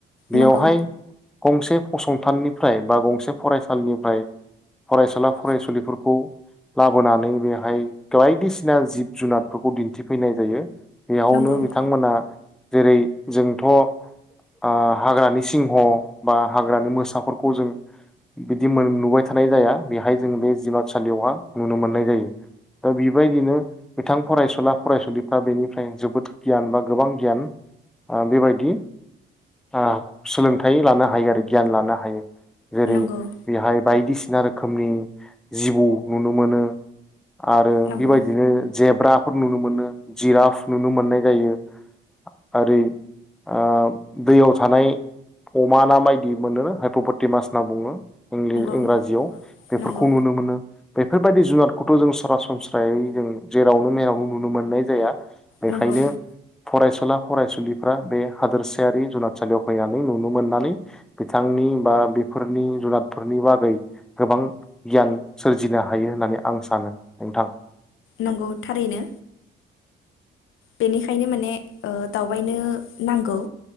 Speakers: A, in the centre; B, on the left.
A: बेयावहाय
B: नंगौ
A: गंसे फसंथाननिफ्राय बा गं से फरायसालिनिफ्राय फरायसुला फरायसुलिफोरखौ लाबोनानै बेहाय बायदिसिना जिब जुनारफोरखौ दिन्थिफैनाय जायो बेयावनो
B: नंगौ
A: बिथांमोना जेरै जोंथ' आ हाग्रानि सिंह बा हाग्रानि मोसाफोरखौ जों बिदि नुबाय थानाय जाया बेहाय जों बे जुनारसालियावहा नुनो मोननाय जायो दा बेबायदिनो बिथां फरायसुला फरायसुलिफ्रा बेनिफ्राय जोबोद गियान बा गोबां गियान ओ बेबायदि आ सोलोंथायाइ लानो हायो आरो गियान लानो हायो जेरै
B: नंगौ
A: बेहाय बायदिसिना रोखोमनि जिबौ नुनो मोनो आरो
B: नंगौ
A: बेबायदिनो जेब्राफोर नुनो मोनो जिराफ नुनो मोननाय जायो ओरो ओ दैयाव थानाय अमा ना बायदि मोनोनो हायपपति मास बुङो
B: नंगौ
A: इंराजियाव बेफोरखौ
B: नंगौ
A: नुनो मोनो बेफोरबाय दि जुनादखौथ' जों सरासनस्रायै जों जेरावनो मेरावनो नुनो मोननाय जाया बेखायनो
B: नंगौ
A: फरायसुला फरायसुलि फ्रा बे हादोरसायारि जुनादसालियाव फैनानै नुनो मोननानै बिथांनि बा बिफोरनि जुनादफोरनि बागै गोबां गियान सोरजिनो हायो होननानै आं सानो नोंथां
B: नंगौ थारैनो बेनिखायनो माने ओ दावबायनो नांगौ